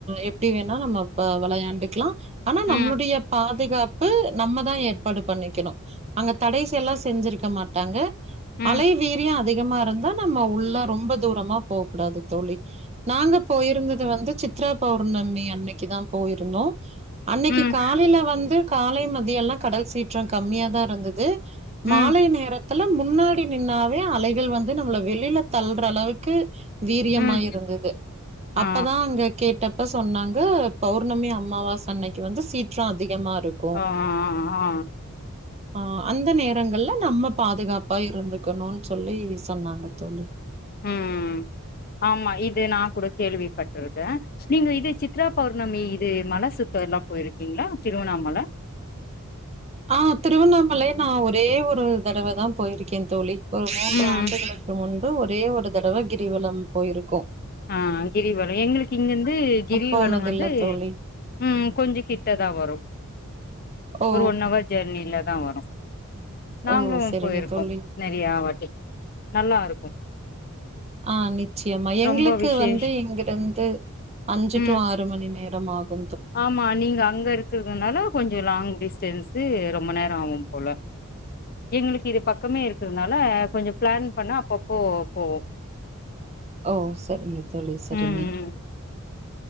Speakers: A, on the right (about 30°); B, on the left (about 45°).
A: எப்டி வேணா நம்ம ப வெளயாண்டுகுலா ஆனா
B: ம், ம்,
A: நம்மளுடைய பாதுகாப்பு நம்ம தா ஏற்பாடு பண்ணிக்கணு அங்க தடைச எல்லா செஞ்சுருக்க மாட்டாங்க
B: ம்,
A: அலை வீரிய அதிகமா இருந்தா நம்ம உள்ள ரொம்ப தூரமா போ கூடாது தோழி அ நாங்க போயிருந்தது வந்து சித்ரா பௌர்ணமி அன்னைக்கு தா போயிருந்தோ அன்னைகி
B: ம்,
A: காலேல வந்து காலை மதியலா கடல் சீற்ற கம்மியா தா இருந்தது மாலை
B: ம்,
A: நேரத்துல முன்னா டி நின்னாவே அலைகள் வந்து நம்மள வெளில தளர அளவுக்கு வீரியமா
B: ம்,
A: இருந்தது அப்பதா
B: ஆ,
A: அங்க கேட்டப்ப சொன்னாங்க பௌர்ணமி அம்மாவாச அன்னைக்கு வந்து சீற்றோ அதிகமா ருக்
B: ஆ ஆ ஆ
A: ஆ அந்த நேரங்கள்ல நம்ம பாதுகாப்பா இரு இருந்துக்கணுன்னு சொல்லி சொன்னாங்க தோழி
B: ம் ஆமா இது நா கூட கேள்விப்பட்டுருக்கே நீங்க இது சித்ரா பௌர்ணமி இது மலை சுத்த எல்லா போயிருக்கீங்களா திருவண்ணாமலை
A: ஆ திருவண்ணாமலை நா ஒரே ஒரு தடவ தா போயிருக்கே தோழி ஒரு மூன்று
B: ம்
A: ஆண்டுகளுக்கு முன்பு ஒரே ஒரு தடவை கிரிவள போயிருக்கோ
B: ஆஹ் கிரிவளம் எங்களுக்கு இங்கிருந்து கிரிவளம்
A: போனதில்ல
B: வந்து
A: தோழி.
B: ம் கொஞ்சோ கிட்டதா வரு
A: ஓ!
B: ஒரு ஒன் வர் ஜெர்னில தா வரு நாங்களு
A: ஓ! சரிங்க
B: போயிருக்கோ
A: தோழி.
B: நெறையவட்டி நல்லா இருக்கு
A: ஆஹ் நித் நிச்சயமா எங்களுக்கு
B: ரொம்ப விசேஷ்
A: வந்து இங்கிருந்து அஞ்சு
B: ம்
A: டு ஆறு மணி நேரம் ஆகு
B: ஆமா நீங்க அங்க இருக்கு னால கொஞ்சோ லாங் டிஸ்டன் ரொம்ப நேர ஆகு போல எங்களுக்கு இது பக்கம் பக்கமே இருக்கிறதுனால கொஞ்சோ பிளான் பண்ணா அப்பப்போ போவோ
A: ஓ சேரிங்க தோழி சேரிங்க
B: ம் ம்